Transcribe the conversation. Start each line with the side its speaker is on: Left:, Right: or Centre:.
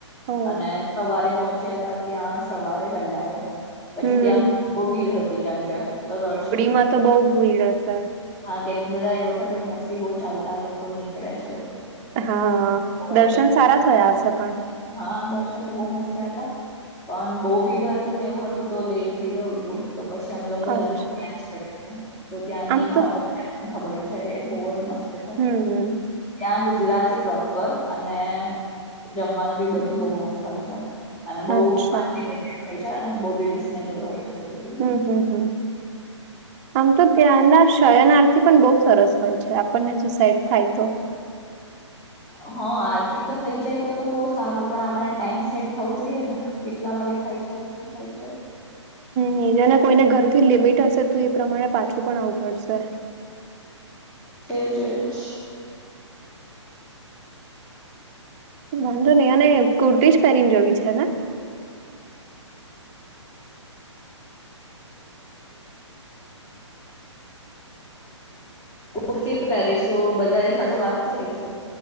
Right: ઓ
Left: અને સવારે પહોંચ્યા હતા ત્યાં સવારે વહેલા, પછી
Right: હમ
Left: ત્યાં ભીડ હતી કેમ કે તો દર્શન,
Right: માં તો બહુ, બિન્દાસ.
Left: હા કેમ કે બધા એ વખતે મોસ્ટલી બહુ ચાલતા લોકો નીકળે છે.
Right: હા
Left: બહુ
Right: દર્શન
Left: જ હતું.
Right: સારા થયા હશે પણ.
Left: હા દર્શન તો બહુ મસ્ત થયા હતા. પણ બહુ ભીડ હતી ને એવું હતું તો લેટ થઈ ગયું હતું. તો પછી અમે લોકોએ
Right: અચ્છા
Left: લંચ કરી તો ત્યાંની
Right: આમ
Left: એક.
Right: તો
Left: ખબર છે એ બહુ જ મસ્ત છે.
Right: હમ
Left: ત્યાં ગુજરાતી પ્રોપર અને જમવાનું પણ બધું બહુ મસ્ત હોય છે. અને બહુ
Right: અચ્છા
Left: અનલિમિટેડ હોય છે અને બહુ પણ રિઝનેબલ હોય છે. એવું બધું
Right: હમ, આમ તો ત્યાંના શયનાર્થી પણ બહુ, સરસ હોય છે આપણને જો સેટ થાય તો. <unintelligible>
Left: હા આરતી તો થઈ જાય તો તો બહુ સારું પણ આપડેને ટાઈમ સેટ થવું જોઈએ ને કેટલા વાગે થાય છે. થઈ જાય.
Right: હિરને કોઈને ઘરથી લિમિટ હશે તો એ પ્રમાણે પાછું પણ આવવું પડશે
Left: એજ જ.
Right: વાંધો નઈ અને કુર્તીજ પહેરીને જવી છે ને
Left: કુર્તી પહેરીશું બધાને સાથે વાત કરી લેશું